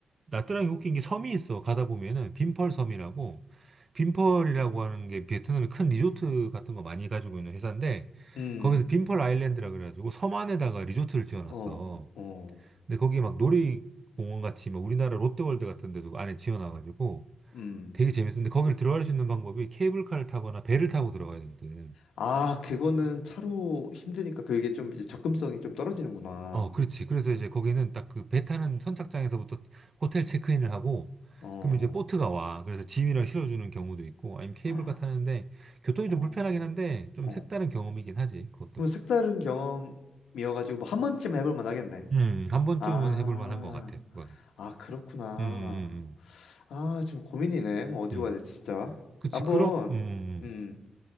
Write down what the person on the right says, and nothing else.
나트랑이 웃긴 게 섬이 있어. 가다 보면은 빈펄 섬이라고 빈펄이라고 하는 게 베트남의 큰 리조트 같은 거 많이 가지고 있는 회사인데
거기서 빈펄 아일랜드라 그래가지고 섬 안에다가 리조트를 지어놨어.
근데 거기 막 놀이공원 같이 막 우리나라 롯데월드 같은 데도 안에 지어놔가지고
되게 재밌었는데 거기를 들어갈 수 있는 방법이 케이블카를 타거나 배를 타고 들어가야 되거든.
어, 그렇지. 그래서 이제 거기는 딱 그 배 타는 선착장에서부터 호텔 체크인을 하고,
그럼 이제 보트가 와. 그래서 짐이랑 실어주는 경우도 있고, 아니면 케이블카
타는데, 교통이
좀 불편하긴 한데, 좀
색다른 경험이긴 하지, 그것도.
음, 한 번쯤은
해볼 만한 것 같아, 그거는.
음, 음,
음. 음. 음.
그치,
그렇, 음, 음.